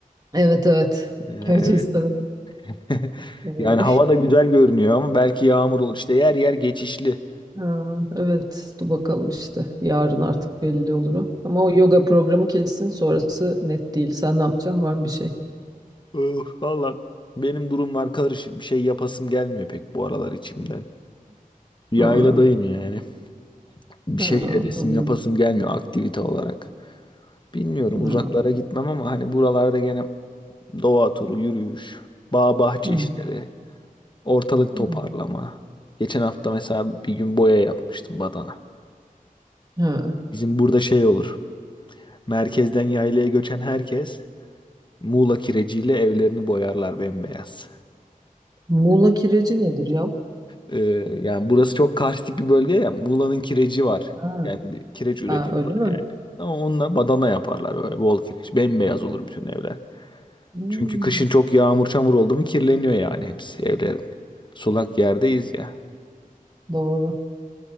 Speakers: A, on the right; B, on the left.
A: Evet evet.
B: Ee,
A: Gürcistan.
B: Evet. <laughs>
A: Ee,
B: Yani hava da güzel görünüyor ama belki yağmur olur. İşte yer yer geçişli.
A: <laughs> ha, evet dur bakalım işte. Yarın artık belli olur o. Ama o yoga programı kesin sonrası net değil. Sen ne yapacaksın? Var mı bir şey?
B: Öf, valla benim durumlar karışık. Bir şey yapasım gelmiyor pek bu aralar içimden. Yayladayım
A: Ha,
B: yani. Bir
A: ha,
B: şey edesim
A: anladım.
B: yapasım gelmiyor aktivite olarak. Bilmiyorum
A: Ha,
B: uzaklara gitmem ama hani buralarda gene doğa turu, yürüyüş, bağ bahçe
A: hı,
B: işleri, ortalık
A: hı,
B: toparlama. Geçen hafta mesela bir gün boya yapmıştım badana.
A: ha.
B: Bizim burada şey olur. Merkezden yaylaya göçen herkes Muğla kireciyle evlerini boyarlar bembeyaz.
A: Muğla kireci nedir ya?
B: Ee, yani burası çok karstik bir bölge ya. Muğla'nın kireci var.
A: Ha,
B: Yani kireç üretiyorlar
A: ha, öyle mi?
B: yani. Ama onunla badana yaparlar böyle bol kireç. Bembeyaz olur bütün evler.
A: Hmm,
B: Çünkü kışın çok yağmur çamur oldu mu kirleniyor yani hepsi evlerin. Sulak yerdeyiz ya.
A: doğru.